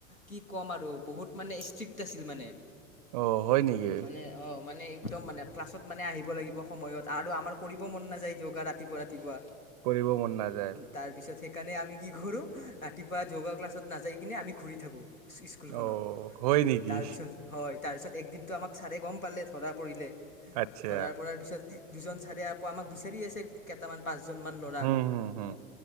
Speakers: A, on the left; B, on the right.
A: কি ক'ম আৰু বহুত মানে ষ্ট্ৰিক্ট আছিল মানে।
B: অ', হয় নেকি?
A: মানে অ, মানে একদম মানে ক্লাছত মানে আহিব লাগিব সময়ত আৰু আমাৰ কৰিব মন নাযায় ইওগা ৰাতিপুৱা- ৰাতিপুৱা।
B: কৰিব মন নাযায়।
A: তাৰপিছত সেইকাৰণে আমি কি কৰো ৰাতিপুৱা যোগা ক্লাছত নাযায় কিনে আমি ঘূৰি থাকো। স্কুলখনত
B: অ', হয় নেকি?
A: তাৰপিছত হয় তাৰ পিছত একদিনতটো আমাক ছাৰে গম পালে ধৰা পৰিলে
B: আচ্ছা।
A: ধৰা পৰাৰ পিছত দুজন চাৰে আকৌ আমাক বিচাৰি আছে কেইটামান পাঁচজনমান ল'ৰাক।
B: হুম, হুম, হুম।